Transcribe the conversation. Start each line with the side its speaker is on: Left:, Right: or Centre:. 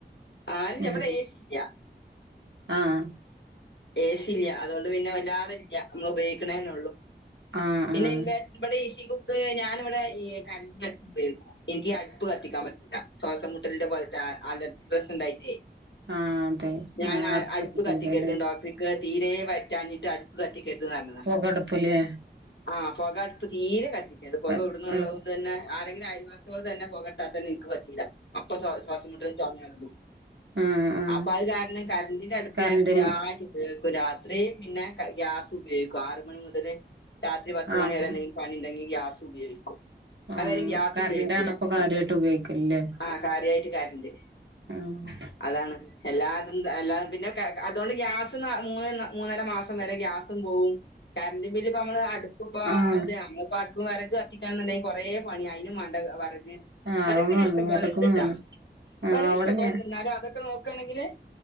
Left: ആ അല്ല
Right: ഉം
Left: ഇവിടെ എ സി ഇല്ല
Right: ആഹ്
Left: ഏ സി ഇല്ല അതുകൊണ്ട് പിന്നെ വല്ലാതെ ഇല്ല നമ്മൾ ഉപയോഗിക്ക്ണേ ഉള്ളൂ
Right: ആഹ്
Left: പിന്നെ
Right: ആഹ്
Left: ഇൻവേ ഇവിടെ ഇ സി കുക്ക് ഞാന് ഇവിടെ കരന്റിന്റെ അടുപ്പ് ഉപയോഗിക്കും എനിക്ക് അടുപ്പ് കത്തിക്കാൻ പറ്റില്ല ശ്വാസം മുട്ടലിന്റെ പോലത്തെ അലർജി പ്രശ്നംഉണ്ടായിട്ടേ
Right: ആഹ് അതെ
Left: ഞാൻ
Right: ആഹ് അടുപ്പത്തൊക്കെല്ലേ
Left: അടുപ്പ് കത്തിക്കരുത് ഡോക്ടർ ഇൻക്ക് തീരെ പറ്റാഞ്ഞിട്ട് അടു അടുപ്പ് കത്തിക്കരുത് ന്ന് പറഞ്ഞിനി
Right: പൊകടുപ്പില്
Left: ആഹ് പുക അടുപ്പ് തീരെ കത്തിക്കരുത് പുക
Right: ആഹ്
Left: ഇടുന്നുള്ളത്
Right: ആഹ്
Left: തന്നെ ആരെങ്കിലും അയൽവാസികൾ തന്നെ പൊകട്ടാത്തന്നെ എനിക്ക് പറ്റീല്ല അപ്പൊ ശ്വാസം മുട്ടൽ ചുമ
Right: ആഹ് ആഹ്
Left: അപ്പൊ അത് കാരണം കരന്റിന്റെ അടുപ്പ്
Right: കറന്റ്
Left: ഞാൻ സ്ഥിരമായിട്ട് ഉപയോഗിക്കും രാത്രി പിന്നെ ഗ്യാസ് ഉപയോഗിക്കും ആറ് മണി മുതൽ രാത്രി പത്ത്
Right: ആഹ്
Left: മണി വരെ എന്തെങ്കിലും പണി ഉണ്ടെങ്കിൽ ഗ്യാസ് ഉപയോഗിക്കും
Right: ആഹ്
Left: അതായാല് ഗ്യാസ്
Right: കറന്റാണ്
Left: ഉപയോഗിക്കില്ല
Right: ഇപ്പൊ കാര്യമായിട്ട് ഉപയോഗിക്കലല്ലേ
Left: ആഹ് കാര്യായിട്ട് കരന്റ്
Right: ആഹ്
Left: അതാണ് എല്ലാതും പിന്നെ അതുകൊണ്ട് ഗ്യാസ് മൂന്ന് മൂന്നര മാസം വരെ ഗ്യാസും പോവും കറന്റ് ബില്ല് ഇപ്പ നമ്മള് അടുപ്പ് ഇപ്പ
Right: ആഹ്
Left: അതെ <unintelligible> വിറക് കത്തിക്കണം എന്നുണ്ടെങ്കിൽ കൊറെ പണിയാ അതിനും വേണ്ട വിറക്
Right: ആഹ്
Left: വെറക്
Right: അതും
Left: പിന്നെ
Right: വേണം
Left: ഇഷ്ടപോലെ
Right: വിറകും
Left: ഉണ്ട്ട്ടോ
Right: വേണം ആഹ്
Left: വെറക്
Right: അവിടെ
Left: ഇഷ്ടപോലെ
Right: ഞാൻ
Left: ഉണ്ട് എന്നാലും അതൊക്കെ നോക്കാണെങ്കില്